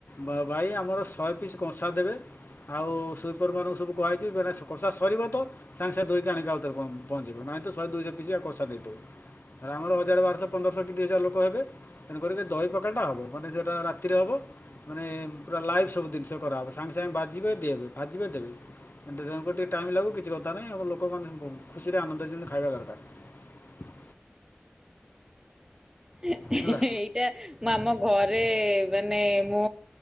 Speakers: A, on the left; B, on the right.
A: ବା ଭାଇ ଆମର ଶହେ ପିସ୍ କଂଷା ଦେବେ ଆଉ ସ୍ଵିପରମାନଙ୍କୁ ସବୁ କୁହାହେଇଛି ମାନେ କଷା ସରିବ ତ ସାଙ୍ଗେ ସାଙ୍ଗେ ଧୋଇକି ଆଣିକି ଆଉଥରେ ପ-ପହଞ୍ଚିବ ନାହିଁ ତ ଶହେ ଦୁଇଶହ ପିସ୍ ଆ କଷା ଦେଇଦେବ ରା ଆମର ହଜାର ବାରଶହ ପନ୍ଦରଶହ କି ଦୁଇ ହଜାର ଲୋକ ହେବେ ତେଣୁ କରିକି ଦହି ପଖାଳଟା ହବ ମାନେ ସେଇଟା ରାତିରେ ହବ। ମାନେ ପୁରା ଲାଇଭ୍ ସବୁ ଜିନିଷ କରାହବ ସାଙ୍ଗେ ସାଙ୍ଗେ ଭାଜିବେ ଦେବେ ଭାଜିବେ ତେ ତେଣୁକରି ଟିକେ ଟାଇମ୍ ଲାଗୁ କିଛି କଥା ନାହିଁ ଏବଂ ଲୋକମାନେ ବ ଖୁସିରେ ଆନନ୍ଦରେ ଯେମିତି ଖାଇବା ଦରକାର।
B: ହେ
A: ହେଲା
B: ହେ ଏଇଟା ମାମା ଘରେ ମାନେ ମୁଁ